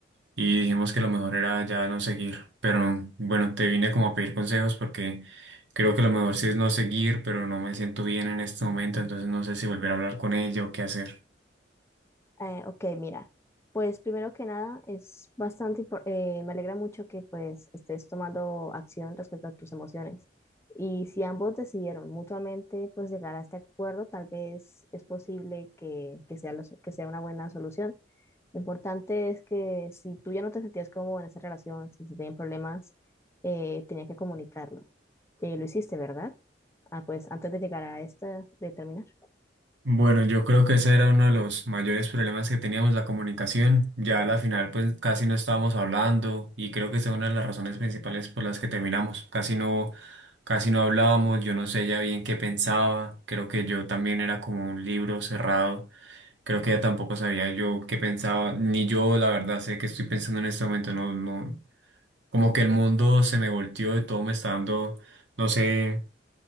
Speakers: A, on the right; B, on the left.
A: y dijimos que lo mejor era ya no seguir. Pero bueno, te vine como a pedir consejos porque creo que lo mejor sí es no seguir, pero no me siento bien en este momento, entonces no sé si volver a hablar con ella o qué hacer.
B: Eh, ok, mira, pues primero que nada es bastante, impor- eh, me alegra mucho que pues estés tomando acción respecto a tus emociones. Y si ambos decidieron mutuamente pues llegar a este acuerdo, tal vez es posible que, que sea, la so- que sea una buena solución. Lo importante es que si tú ya no te sentías cómodo en esa relación, si se tenían problemas, eh, tenías que comunicarlo. Eh, lo hiciste, ¿verdad? Ah, pues antes de llegar a esta, de terminar.
A: Bueno, yo creo que ese era uno de los mayores problemas que teníamos, la comunicación. Ya a la final pues casi no estábamos hablando y creo que esa es una de las razones principales por las que terminamos. Casi no, casi no hablábamos, yo no sé ya bien qué pensaba, creo que yo también era como un libro cerrado Creo que ella tampoco sabía yo qué pensaba, ni yo la verdad sé qué estoy pensando en este momento, no, no, como que el mundo se me volteó y todo me está dando, no sé,